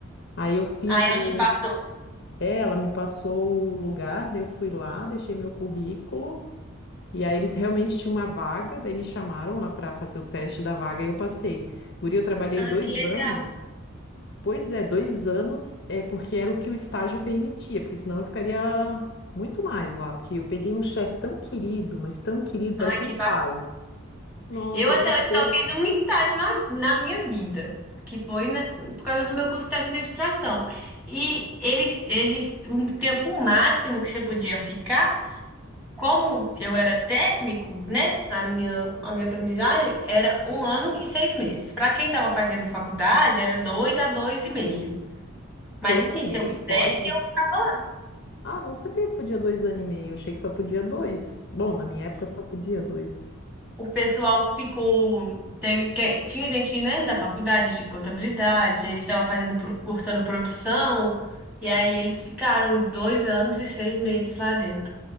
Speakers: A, on the left (about 55°); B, in the centre.
A: Aí eu fiz
B: Aí ela
A: o.
B: te passou.
A: é, Ela me passou o lugar, daí eu fui lá, deixei meu currículo, e aí eles realmente tinham uma vaga, daí me chamaram lá para fazer o teste da vaga e eu passei. Guri, eu trabalhei
B: Ah,
A: dois
B: que legal.
A: anos Pois é, dois anos é porque era o que o estágio permitia, porque senão eu ficaria muito mais lá, porque eu peguei um chefe tão querido, mas tão querido, parecia
B: Ai, que
A: um pai. Nossa,
B: Eu até
A: ele era fofo.
B: hoje só fiz um estágio na, na minha vida, que foi na- por causa do meu curso técnico de administração. E eles, eles, o tempo máximo que você podia ficar, como eu era técnico, né? A minha, a minha aprendizagem era um ano e seis meses. Para quem estava fazendo faculdade, era dois a dois e meio. Mas
A: Dois
B: assim,
A: e meio,
B: se eu pudesse,
A: pode?
B: eu ficava
A: Ah, não sabia que podia dois anos e meio, eu achei que só podia dois. Bom, na minha época só podia dois.
B: o pessoal ficou. Teve, que- é, tinha gente, né, da faculdade de contabilidade, gente que estava fazendo, pro- cursando produção, e aí eles ficaram dois anos e seis meses lá dentro.